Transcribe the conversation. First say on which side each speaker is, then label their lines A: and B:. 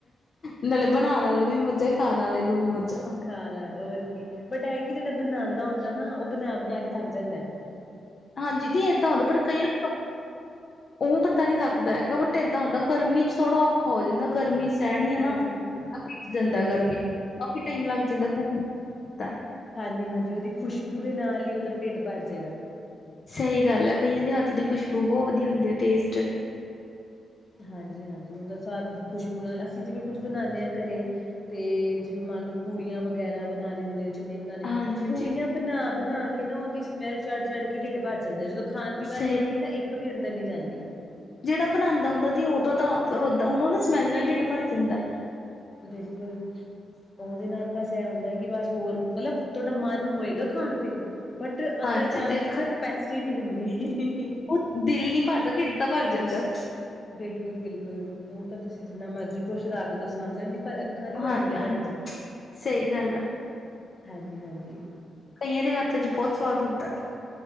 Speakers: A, on the left; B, on the left.
A: ਨਾਲੇ ਬਣਾਣ ਆਲੇ ਵੀ ਮੌਜਾਂ ਖਾਣ ਆਲੇ ਨੂੰ ਵੀ ਮੌਜਾਂ।
B: ਖਾਲਾ ਔਰ ਕਿ ਬਟ ਇਹ ਕਿ ਜੇੜਾ ਬਣਾਂਦਾ ਹੁੰਦਾ ਨਾ ਓ ਬਣਾ-ਬਣਾ ਕੇ ਥੱਕ ਜਾਂਦੈ।
A: ਹਾਂਜੀ ਦੀ ਏਦਾਂ ਹੁੰਦਾ ਪਰ ਕਈ ਨ ਓ ਬੰਦਾ ਨੀ ਥੱਕਦਾ ਹੈਗਾ ਬਟ ਏਦਾਂ ਹੁੰਦਾ ਗਰਮੀ 'ਚ ਥੋੜਾ ਔਖਾ ਹੋ ਜਾਂਦਾ ਗਰਮੀ ਸਹਿਣੀ ਅ
B: ਹਾਂਜੀ
A: ਨਾ, ਜਾਂਦਾ
B: ਹੂੰ
A: ਗਰਮੀ ਕਾਫੀ ਟਾਈਮ ਲੱਗ ਜਾਂਦਾ ਕੁਕਿੰਗ, ਕਾ।
B: ਹਾਂਜੀ-ਹਾਂਜੀ ਉਦੀ ਖੁਸ਼ਬੂ ਦੇ ਨਾਲ ਈ ਉਦਾ ਢਿੱਡ ਭਰ ਜੇਗਾ।
A: ਸਹੀ ਗੱਲ ਐ ਕਈਆਂ ਦੇ ਹੱਥ ਦੀ ਖੁਸ਼ਬੂ ਬੋ ਵਧੀਆ ਹੁੰਦੀ ਆ ਟੇਸਟ।
B: ਹਾਂਜੀ-ਹਾਂਜੀ ਉਦਾ ਸਵਾਦ ਖੁਸ਼ਬੂ ਨਾਲ ਅਸੀਂ ਜਿਵੇਂ ਕੁਛ ਬਣਾਣੇ ਆ ਘਰੇ ਤੇ ਜਿਵੇਂ ਮੰਨ ਲੋ ਪੂੜੀਆਂ ਵਗੈਰਾ ਬਣਾਣੇ ਹੁੰਦੇ ਆ ਚਨੇ ਬਣਾਣੇ
A: ਹਾਂਜੀ
B: ਤੋਂ
A: ਹਾਂਜੀ
B: ਪੂੜੀਆਂ ਬਣਾ-ਬਣਾ ਕੇ ਨਾ ਉਦੀ ਸਮੈਲ ਚੜ-ਚੜ ਕੇ ਢਿੱਡ ਭਰ ਜਾਂਦਾ ਜਦੋਂ ਖਾਣ ਦੀ
A: ਸਹੀ
B: ਵਾਰੀ ਆਂਦੀ ਨਾ ਇੱ ਕ ਵੀ ਅੰਦਰ ਨੀ ਜਾਂਦੀ।
A: ਜੇੜਾ ਬਣਾਂਦਾ ਹੁੰਦਾ ਦੀ ਉਦੋਂ ਤਾਂ ਫੇਰ ਉਦਾ ਹੁਣ ਉਦੀ ਸਮੈਲ ਨਾਲ ਢਿੱਡ ਭਰ ਜਾਂਦੈਂ।
B: ਬਿਲਕੁੱਲ। ਉਦੇ ਨਾਲ ਬਸ ਐ ਹੁੰਦਾ ਕਿ ਬਸ ਹੋਰ ਮਤਲਬ ਤੁਹਾਡਾ ਮਨ ਹੋਏਗਾ ਖਾਣ 'ਤੇ ਬਟ ਅੰਦਰ
A: ਹਾਂਜੀ
B: ਜਾਣ
A: ਤੇ
B: ਦੀ ਤਾਂ ਕਪੈਸਿਟੀ ਨੀ ਹੁੰਦੀ।
A: ਓ ਦਿਲ ਨੀ ਭਰਦਾ ਢਿੱਡ ਤਾਂ ਭਰ ਜਾਂਦੈਂ।
B: ਬਿਲਕੁੱਲ-ਬਿਲਕੁੱਲ ਓ ਤਾਂ ਤੁਸੀਂ ਜਿੰਨਾ ਮਰਜ਼ੀ ਕੁਛ ਰੱਖ ਦੋ ਸਾਹਮਣੇ ਨੀ ਪਰ ਐ ਅੱਖਾਂ ਨੀ ਭਰਨ
A: ਹਾਂ
B: ਗੀਆ
A: ਹਾਂ,
B: ਤੁਹਾਡੀਆਂ,
A: ਸਹੀ ਗੱਲ ਆ
B: ਹਾਂਜੀ-ਹਾਂਜੀ।
A: ਕਈਆਂ ਦੇ ਹੱਥ 'ਚ ਬੋਤ ਸਵਾਦ ਹੁੰਦਾ ਐ।